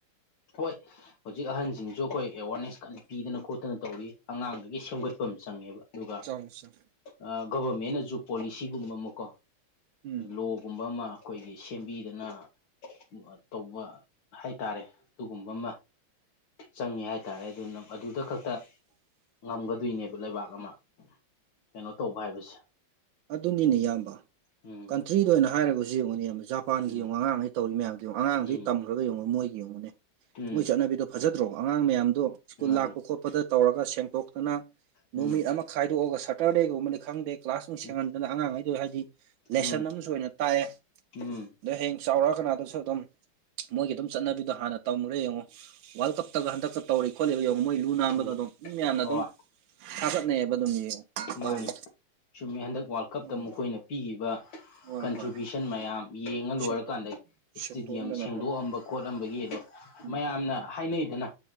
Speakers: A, on the left; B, on the right.
A: ꯍꯣꯏ ꯍꯧꯖꯤꯛ ꯑꯍꯟꯖꯤꯡꯖꯨ ꯑꯈꯣꯏ ꯑꯦꯋꯥꯔꯅꯦꯁ ꯀꯟꯅ ꯄꯤꯗꯅ ꯈꯣꯠꯇꯅ ꯇꯧꯔꯤ ꯑꯉꯥꯡꯗꯒꯤ ꯁꯦꯝꯒꯠꯄꯝ ꯆꯪꯉꯦꯕ ꯑꯗꯨꯒ
B: ꯑꯩꯁꯞ
A: ꯑ ꯒꯣꯕꯔꯃꯦꯟꯅꯖꯨ ꯄꯣꯂꯤꯁꯤꯒꯨꯝꯕ ꯑꯃꯀꯣ
B: ꯎꯝ
A: ꯂꯣꯒꯨꯝꯕ ꯑꯃ ꯑꯩꯈꯣꯏꯒꯤ ꯁꯦꯝꯕꯤꯗꯅ ꯃ ꯇꯧꯕ ꯍꯥꯏꯇꯥꯔꯦ ꯑꯗꯨꯒꯨꯝꯕ ꯑꯃ ꯆꯪꯉꯦ ꯍꯥꯏꯇꯥꯔꯦ ꯑꯗꯨꯅ ꯑꯗꯨꯗ ꯈꯛꯇ ꯉꯝꯒꯗꯣꯏꯅꯦꯕ ꯂꯩꯕꯥꯛ ꯑꯃ ꯀꯩꯅꯣ ꯇꯧꯕ ꯍꯥꯏꯕꯁꯦ
B: ꯑꯗꯨꯅꯤꯅꯦ ꯏꯌꯥꯝꯕ
A: ꯎꯝ
B: ꯀꯟꯇ꯭ꯔꯤꯗ ꯑꯣꯏꯅ ꯍꯥꯏꯔꯒꯖꯨ ꯌꯦꯡꯉꯨꯅꯤ ꯌꯥꯝꯕ ꯖꯥꯞ ꯄꯥꯟꯒꯤ
A: ꯎꯝ
B: ꯌꯦꯡꯉꯣ ꯑꯉꯥꯡꯉꯩ ꯇꯧꯔꯤ ꯃꯌꯥꯝꯗꯣ ꯑꯉꯥꯡꯗꯩ
A: ꯎꯝ
B: ꯇꯝꯃꯨꯔꯒ ꯌꯦꯡꯉꯣ ꯃꯣꯏꯒꯤ ꯌꯦꯡꯉꯨꯅꯦ
A: ꯎꯝ
B: ꯃꯣꯏ ꯆꯠꯅꯕꯤꯗꯣ ꯐꯖꯗ꯭ꯔꯣ ꯑꯉꯥꯡ ꯃꯌꯥꯝꯗꯣ ꯁ꯭ꯀꯨꯜ
A: ꯃꯥꯅꯤ
B: ꯂꯥꯛꯄ ꯈꯣꯠꯄꯗ ꯇꯧꯔꯒ ꯁꯦꯡꯇꯣꯛꯇꯅ
A: ꯎꯝ
B: ꯅꯨꯃꯤꯠ ꯑꯃ ꯈꯥꯏꯗꯣꯛꯑꯒ ꯁꯇꯔꯗꯦꯒꯨꯝꯕꯅꯤ ꯈꯪꯗꯦ ꯀ꯭ꯂꯥꯁ ꯁꯦꯡꯍꯟꯗꯅ
A: ꯎꯝ
B: ꯑꯉꯥꯡꯉꯩꯗꯣ ꯍꯥꯏꯗꯤ ꯂꯦꯁꯟ
A: ꯎꯝ
B: ꯑꯃꯁꯨ ꯑꯣꯏꯅ ꯇꯥꯛꯑꯦ
A: ꯎꯝ
B: ꯑꯗꯩ ꯍꯌꯦꯡ ꯆꯥꯎꯔꯛꯑ ꯀꯅꯥꯗꯁꯨ ꯑꯗꯨꯝ ꯃꯣꯏꯒꯤ ꯑꯗꯨꯝ ꯆꯠꯅꯕꯤꯗꯣ ꯍꯥꯟꯅ ꯇꯝꯃꯨꯔꯦ ꯌꯦꯡꯉꯣ ꯋꯥꯔꯜ ꯀꯞꯇꯒ ꯍꯟꯗꯛꯀ ꯇꯧꯔꯤ ꯈꯣꯠꯂꯤꯕ ꯌꯦꯡꯉꯣ ꯃꯣꯏ ꯂꯨ ꯅꯥꯟꯕꯗ
A: ꯎꯝ
B: ꯑꯗꯨꯝ ꯃꯤ ꯃꯌꯥꯝꯅ
A: ꯍꯣꯏ
B: ꯑꯗꯨꯝ ꯊꯥꯒꯠꯅꯩꯑꯦꯕ ꯑꯗꯨꯝ ꯌꯦꯡꯉꯣ
A: ꯃꯥꯅꯤ
B: ꯇꯧꯔꯤ
A: ꯆꯨꯝꯃꯦ ꯍꯟꯗꯛ ꯋꯥꯔꯜ ꯀꯞꯇ
B: ꯃꯣꯏꯒꯤ
A: ꯃꯈꯣꯏꯅ ꯄꯤꯒꯤꯕ
B: ꯍꯣꯏ
A: ꯀꯟꯇ꯭ꯔꯤꯕ꯭ꯌꯨꯁꯟ
B: ꯍꯣꯏ
A: ꯃꯌꯥꯝ ꯌꯦꯡꯉ ꯂꯣꯏꯔꯀꯥꯟꯗ
B: ꯁꯦꯡꯇꯣꯛ
A: ꯏꯁꯇꯗꯤꯌꯝ
B: ꯁꯦꯡꯇꯣꯛꯑꯝꯗꯅ
A: ꯁꯦꯡꯗꯣꯛꯑꯝꯕ
B: ꯍꯣꯏ
A: ꯈꯣꯠꯂꯝꯕꯒꯤ ꯑꯗꯣ
B: ꯎꯝ
A: ꯃꯌꯥꯝꯅ ꯍꯥꯏꯅꯩꯗꯅ